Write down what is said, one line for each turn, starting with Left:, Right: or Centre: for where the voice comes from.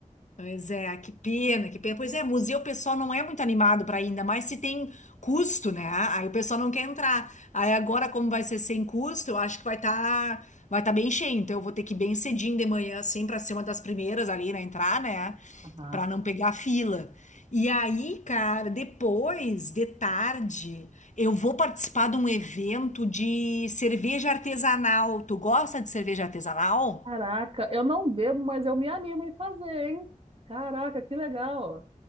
Left: Pois é, que pena, que pena. Pois é, museu o pessoal não é muito animado para ir, ainda mais se tem custo, né? Aí o pessoal não quer entrar. Aí agora, como vai ser sem custo, eu acho que vai estar vai tá bem cheio. Então eu vou ter que ir bem cedinho de manhã, assim, para ser uma das primeiras ali, né? Entrar, né?
Right: Ah,
Left: Para
Right: sim.
Left: não pegar fila. E aí, cara, depois, de tarde, eu vou participar de um evento de cerveja artesanal. Tu gosta de cerveja artesanal?
Right: Caraca, eu não bebo, mas eu me animo em fazer, hein? Caraca, que legal.